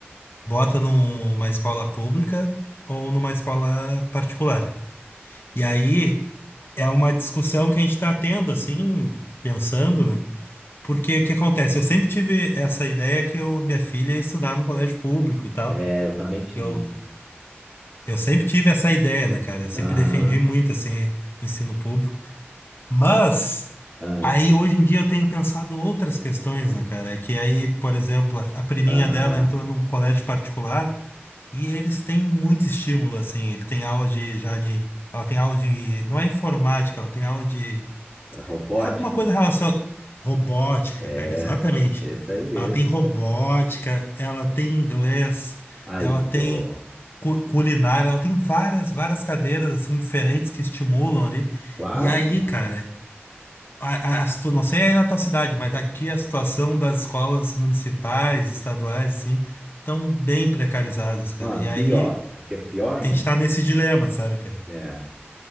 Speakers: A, on the left; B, on the right.
A: bota numa escola pública ou numa escola particular. E aí é uma discussão que a gente tá tendo, assim, de- pensando, né? Porque o que acontece? Eu sempre tive essa ideia que eu, minha filha ia estudar no colégio público e tal.
B: É, eu também tinha.
A: Que eu, eu sempre tive essa ideia, né, cara? Eu sempre
B: Aham,
A: defendi muito, assim, ensino público. Mas
B: ah,
A: Aí hoje em dia eu tenho pensado outras questões, né, cara? É Que aí, por exemplo, a, a priminha
B: aham.
A: dela entrou num colégio particular e eles têm muito estímulo, assim. Ele tem aula de já de. Ela tem aula de. Não é informática, ela tem aula de.
B: É robótica?
A: É alguma coisa relacionada. Robótica,
B: É,
A: cara, exatamente.
B: é isso aí mesmo.
A: Ela tem robótica, ela tem inglês,
B: Aí,
A: ela tem
B: pô,
A: cu- culinária, ela tem várias, várias cadeiras, assim, diferentes que estimulam ali.
B: claro,
A: E aí,
B: pô.
A: cara. A, a, a situ- não sei aí na tua cidade, mas aqui a situação das escolas municipais, estaduais, assim, estão bem precarizadas, cara.
B: Mano,
A: E
B: pior.
A: aí
B: Aqui é pior ainda.
A: a gente tá nesse dilema, sabe, cara?
B: É.